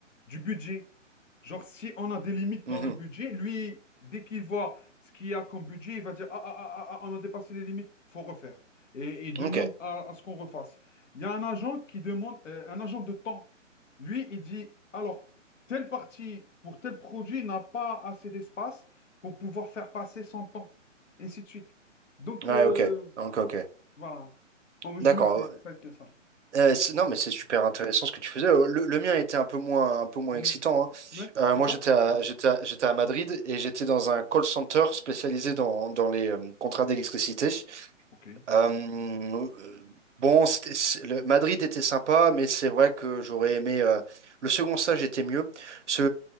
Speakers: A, on the left; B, on the right.
A: du budget. Genre, si on a des limites
B: Mhm.
A: dans le budget, lui, dès qu'il voit ce qu'il y a comme budget, il va dire, ah, ah, ah, ah, ah, on a dépassé les limites, faut refaire. Et il demande
B: Ok.
A: à, à ce qu'on refasse. Il y a un agent qui demande, euh, un agent de temps. Lui, il dit, alors, telle partie pour tel produit n'a pas assez d'espace pour pouvoir faire passer son temps, Et ainsi de suite. Donc,
B: Ouais,
A: euh,
B: ok. Ok, ok.
A: voilà. En résumé,
B: D'accord.
A: c'est ça qui est ça.
B: Euh, c'est- non, mais c'est super intéressant ce que tu faisais. Euh, Le, le mien était un peu moins, un peu moins
A: Mhm.
B: excitant. hein.
A: Ouais,
B: Euh,
A: c'était
B: moi,
A: quoi?
B: j'étais à, j'étais à, j'étais à Madrid et j'étais dans un call center spécialisé dans, dans les euh, contrats d'électricité.
A: Ok.
B: Euh, euh, bon, c'était- c'est- le- Madrid était sympa, mais c'est vrai que j'aurais aimé. euh, le second stage était mieux. Ce,